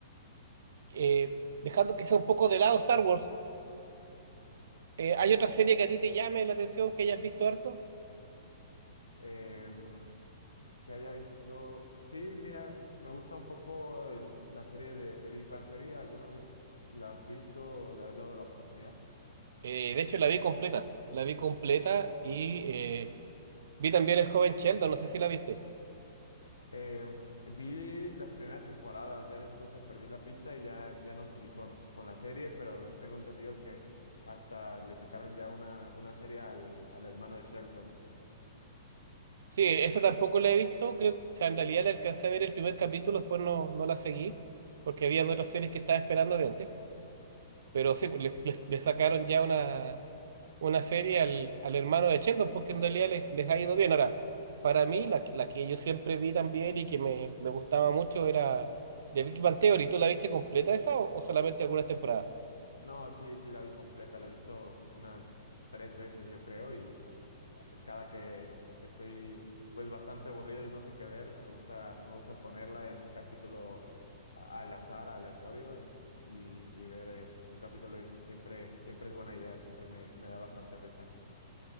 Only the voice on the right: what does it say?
eh, dejando que sea un poco de lado Star Wars, Eh, ¿hay otra serie que a ti te llame la atención que hayas visto harto?
Eh, de hecho, la vi completa. La vi completa y eh, vi también El joven Sheldon, no sé si la viste.
Sí, esa tampoco la he visto, creo, o sea, en realidad la alcancé a ver el primer capítulo, después no, no la seguí, porque había otras series que estaba esperando de antes. Pero sí, pues, le, le- le sacaron ya una, una serie al, al hermano de Sheldon, porque en realidad les, les ha ido bien. Ahora, para mí, la, que- la que yo siempre vi también y que me, me gustaba mucho era The Big Bang Theory. ¿Tú la viste completa esa o, o solamente algunas temporadas?